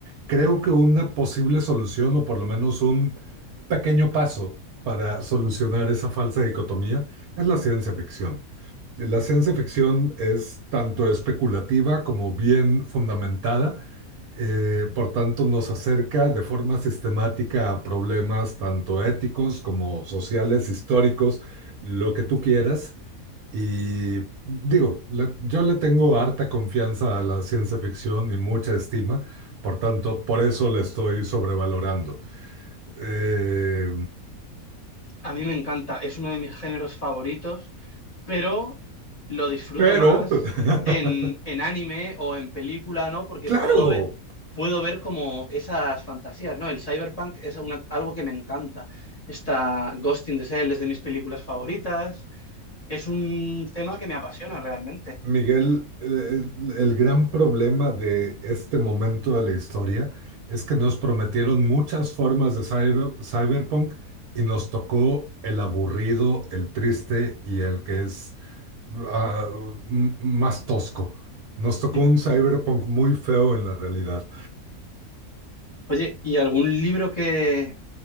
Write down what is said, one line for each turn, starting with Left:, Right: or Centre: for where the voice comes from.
Right: creo que una posible solución o por lo menos un pequeño paso para solucionar esa falsa dicotomía es la ciencia ficción. La ciencia ficción es tanto especulativa como bien fundamentada, eh, por tanto nos acerca de forma sistemática a problemas tanto éticos como sociales, históricos, lo que tú quieras. Y digo, le- yo le tengo harta confianza a la ciencia ficción y mucha estima, por tanto, por eso la estoy sobrevalorando. Eh,
Left: A mí me encanta, es uno de mis géneros favoritos pero lo disfruto
Right: pero,
Left: más
Right: <laughs>
Left: en, en anime o en película, ¿no? Porque
Right: claro.
Left: puedo ver, puedo ver como esas fantasías, ¿no? El cyberpunk es una- algo que me encanta. Está Ghost in the Shell es de mis películas favoritas. Es un tema que me apasiona realmente.
Right: Miguel, el, el gran problema de este momento de la historia es que nos prometieron muchas formas de cyber- cyberpunk y nos tocó el aburrido, el triste y el que es ah, m- más tosco. Nos tocó
Left: <laughs>
Right: un cyberpunk muy feo en la realidad.
Left: Oye, ¿y algún libro que,